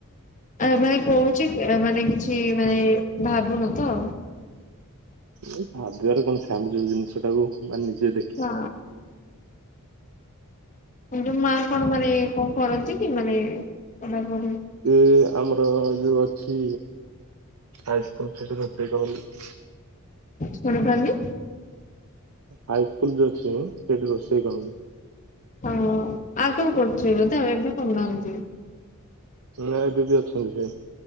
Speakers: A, on the left; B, on the right.
A: ହ ମାନେ କହୁଛି ମାନେ କିଛି ମାନେ ଭାବୁନ ତ
B: ଏଇ ଭାବିବାରେ କଣଅଛିଆମେ ଯୋଉ ଜିନିଷ ଟାକୁ ମାନେ ନିଜେ ଦେଖ
A: ହଁ ଯୋଉ ମା କଣ ମାନେ କଣ କରନ୍ତି କି ମାନେ ପଢାପଢି
B: ସିଏ ଆମର ଯୋଉ ଅଛି ହାଇସ୍କୁଲ ସେଠି ରୋଷେଇ କରନ୍ତି
A: ଶୁଣି ପାରୁନି
B: ହାଇ ସ୍କୁଲ ଯ ଅଛି ସେଠି ରୋଷେଇ କରନ୍ତି
A: ହ ହଁ ଆଗରୁ କରୁଥିବେ ବୋଧେ ଆଉ ଏବେ କଲନାହାନ୍ତିି
B: ନାଇଁ ଦିଦି ଅଛନ୍ତି ସେ